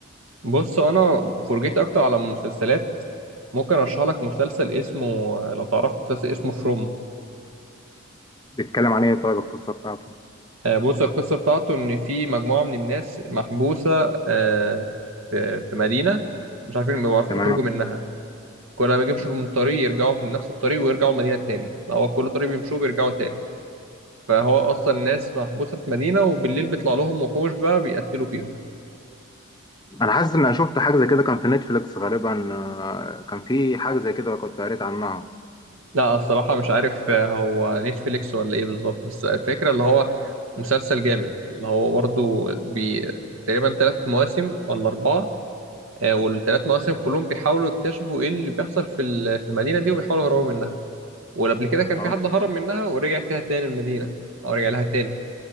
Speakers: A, on the right (about 75°); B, on the left (about 20°).
A: بص أنا فرجيت أكتر على المسلسلات ممكن أرشح لك مسلسل اسمه لو تعرف مسلسل اسمه فروم
B: بيتكلم عن ايه طيب القصه بتاعته
A: آه، بص القصة بتاعته إن في مجموعة من الناس محبوسة آه، في في مدينة مش عارفين ما بيعرفوش
B: تمام
A: يخرجوا منها كل ما يجي يمشوا من طريق يرجعوا من نفس الطريق ويرجعوا المدينة تاني لو هو كل طريق بيمشوه بيرجعوا تاني فهو أصلا الناس محبوسة في مدينة وبالليل بيطلع لهم وحوش بقى بيقتلوا فيهم
B: انا حاسس ان انا شفت حاجه زي كده كان في نتفليكس غالبا آه، كان في حاجه زي كده كنت قريت عنها
A: لا الصراحة مش عارف آه، هو نتفليكس ولا إيه بالظبط بس الفكرة اللي هو مسلسل جامد اللي هو برضه بي... تقريبا تلات مواسم ولا أربعة آه، والثلاث مواسم كلهم بيحاولوا يكتشفوا ايه اللي بيحصل في ال- في المدينه دي وبيحاولوا يهربوا منها وقبل كده كان
B: خلاص
A: في حد هرب منها ورجع فيها تاني المدينه او رجع لها تاني